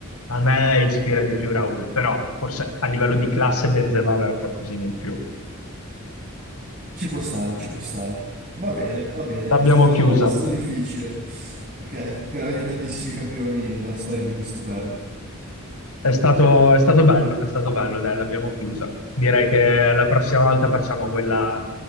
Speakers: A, on the left; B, on the right.
A: A me ispira di più Raul, però forse a livello di classe Benzema aveva qualcosina in più.
B: Ci può stare, ci può stare. Va bene, va bene.
A: L'abbiamo
B: È stato,
A: chiusa.
B: è stato difficile perché veramente tantissimi campioni nella storia di questo club.
A: È stato, è stato bello, è stato bello, dai, l'abbiamo chiusa. Direi che la prossima volta facciamo quella